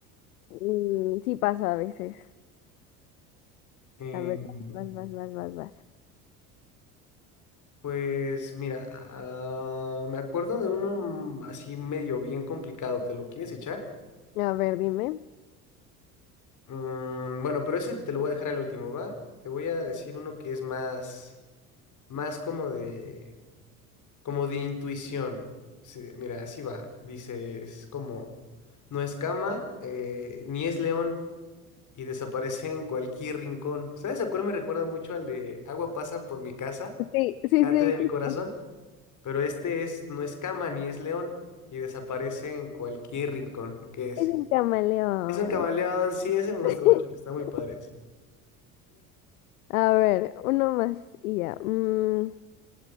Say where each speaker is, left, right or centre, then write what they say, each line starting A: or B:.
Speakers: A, on the left (about 70°); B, on the left (about 40°).
A: Mm, sí pasa a veces.
B: Eh,
A: A ver, vas, vas, vas, vas, vas.
B: Pues mira, ah, me acuerdo de uno mm, así medio bien complicado. ¿Te lo quieres echar?
A: A ver, dime.
B: Mm, bueno, pero ese te lo voy a dejar al último, ¿va? Te voy a decir uno que es más, más como de, como de intuición. Sí, mira, así va. Dices como, no es cama, eh, ni es león, y desaparece en cualquier rincón. ¿Sabes a cuál me recuerda mucho al de agua pasa por mi casa,
A: Sí, sí,
B: cate
A: sí,
B: de
A: justo
B: mi corazón? Pero este es, no es cama ni es león y desaparece en cualquier rincón que es.
A: es un camaleón.
B: Es un camaleón, sí, ese me gusta
A: <laughs>
B: mucho, está muy padre ese.
A: A ver, uno más y ya. Mm,